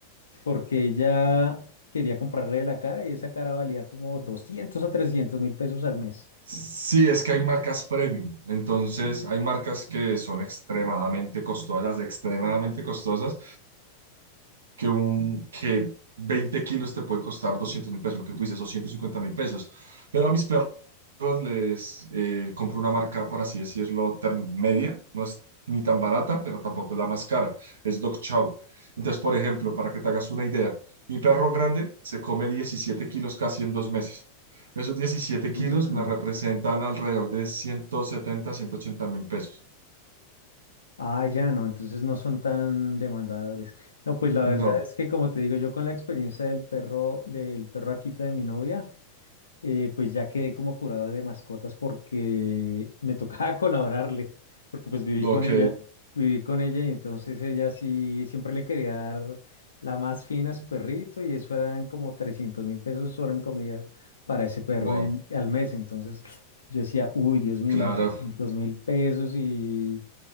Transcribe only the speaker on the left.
porque ella quería comprarle la cara y esa cara valía como 200 o trescientos mil pesos al mes.
Mm.
Ah, ya no, entonces no son tan demandadores. No, pues la
verdad es que como te digo, yo con la experiencia del perro, del perro Akita de mi novia, eh, pues ya quedé como curado de mascotas porque me tocaba <laughs> colaborarle, porque pues viví
con ella, viví con ella y entonces ella sí siempre le quería dar la más fina a su perrito y eso eran como trescientos mil pesos solo en comida para ese perro
en, al mes. Entonces <sniffs> yo decía, uy, Dios mío,
trescientos mil pesos y,